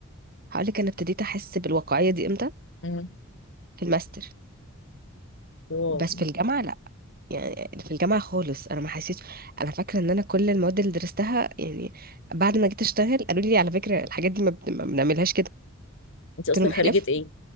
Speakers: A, on the right; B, on the left.
A: لك انا ابتديت احس بالواقعيه دي امتى
B: مم.
A: في الماستر
B: واو
A: بس في الجامعه لا يعني في الجامعة خالص أنا ما حسيت أنا فاكرة إن أنا كل المواد اللي درستها يعني بعد ما جيت أشتغل قالوا لي على فكرة الحاجات دي ما بن- ما بنعملها كده قلت
B: انت اصلا
A: لهم إحلاف
B: خريجه ايه